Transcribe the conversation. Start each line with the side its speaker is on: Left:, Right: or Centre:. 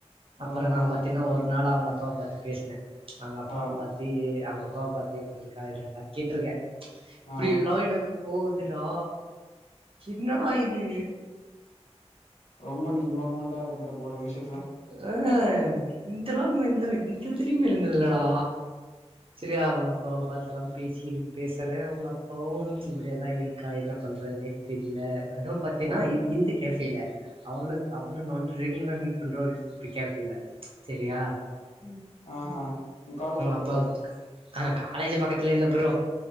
Right: அப்பறோ
Left: ஆ
Right: நா
Left: ஆ
Right: பாத்தீன்னா ஒரு நாள் அவுங்க அப்பாவ பாத்து பேஸ்னே அவுங்க அப்பாவ
Left: ஆ
Right: பாத்து த்தி அவுங்க அப்பாவ பாத்து எப்புட்ருக்கா இதல்லா கேட்ருக்கே இப்டி
Left: ஆ
Right: எல்லா எனக்கு போகுதுடா என்னடா இது
Left: ரொம்ப நீ இன்வால்மெண்ட்டா இருந்துட்ட போல நீ இந்த விஷயத்துல
Right: அ இந்த அளவுக்குல்லா இந்த இந்த எதுலயுமே இருந்தது இல்லடா செரியா அவுங்க அப்பாவ பாத்தெல்லா பேசி இருக் பேசுறே அவுங்க அப்பாவும் இப்டியெல்லா இருக் க்கா என்ன பண்றதுன்னே தெர்ல அதவு பாத்தீன்னா
Left: ஆ
Right: இந் இந்த கேஃபேல அவளுக்கு அவள நொண் ரெகுலரா மீட் பண்ற ஒரு பிக் கேஃபேல்ல செரியா
Left: ம் ஆ ஹா ஓ காலேஜ் பக்கத்துலயா
Right: அப்பாவுக்கு ஆ காலேஜ் பக்கத்துல இல்ல ப்ரோ